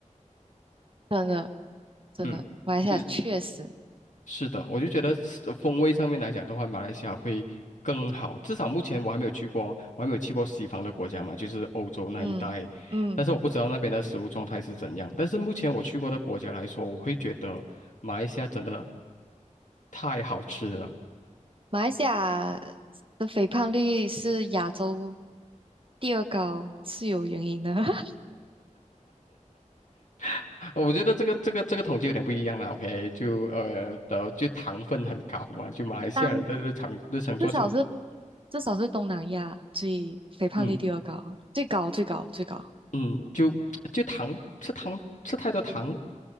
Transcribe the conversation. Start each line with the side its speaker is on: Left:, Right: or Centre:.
Right: 真的真的，
Left: 嗯，
Right: 马来西亚确实，
Left: 就。是的，我就觉得是风味上面来讲的话，马来西亚会更好。至少目前我还没有去过，我还没有去过西方的国家嘛，就是欧洲那一带。
Right: 嗯嗯，
Left: 但是我不知道那边的食物状态是怎样。但是目前我去过的国家来说，我会觉得马来西亚真的太好吃了。
Right: 马来西亚的肥胖率是亚洲第二高，是有原因的。<laughs>
Left: <laughs> 我觉得这个这个这个统计有点不一样了。OK，就呃的就糖分很高嘛，就马来西亚人的日常日常做息，
Right: 当至少是至少是东南亚最肥胖率第二高，
Left: 嗯
Right: 最高最高最高。
Left: 嗯，就就糖吃糖吃太多糖。